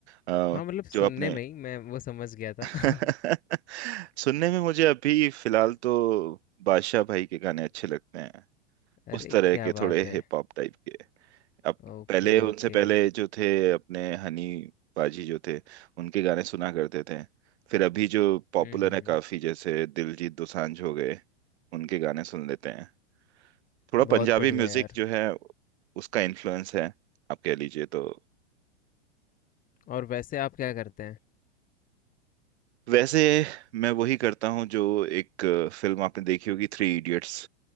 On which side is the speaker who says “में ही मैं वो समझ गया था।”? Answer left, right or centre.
Left